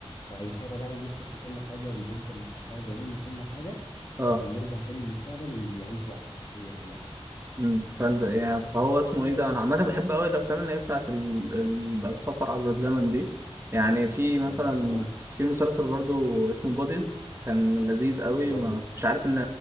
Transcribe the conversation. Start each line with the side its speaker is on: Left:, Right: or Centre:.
Left: فهيضطر بقى يفكس لكل حاجة والبنت اللي حبها زمان وكل حاجة
Right: اه
Left: عشان يرجع تاني المستقبل ويعيش بقى الفترة هي هي يعني
Right: مم. فانت يعني فهو اسمه ايه ده انا عامه بحب قوي الافلام اللي هي بتاعت ال- ال- السفر عبر الزمن دي يعني في مثلا
Left: هي تحفة اه
Right: في مسلسل برضو اسمه بوديز كان لذيذ قوي
Left: اه
Right: ما مش عارف ان